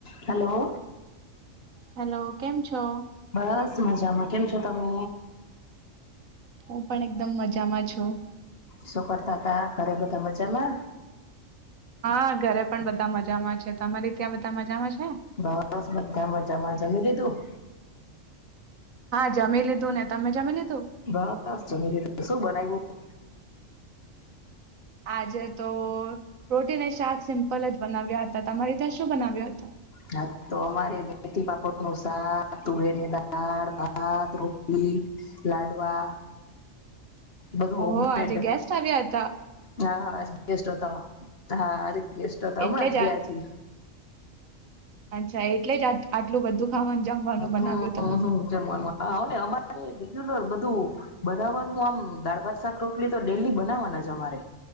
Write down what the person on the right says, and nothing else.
હેલો, કેમ છો?
હું પણ એકદમ મજામાં છો
હા ઘરે પણ બધા મજામાં છે તમારી ત્યાં બધા મજામાં છે
હા જમી લીધું ને તમે જમી લી
આજે તો રોટીને શાક સિમ્પલ જ બનાવ્યા હતા તમારે ત્યાં શું બનાવ્યો હતું
ઓહો
આજે
ગેસ્ટ આવ્યા હતા.
એટલે
આ
અચ્છા એટલે જ આટ આટલું બધું ખાવાનું જમવાનું બનાવ્યું
તમે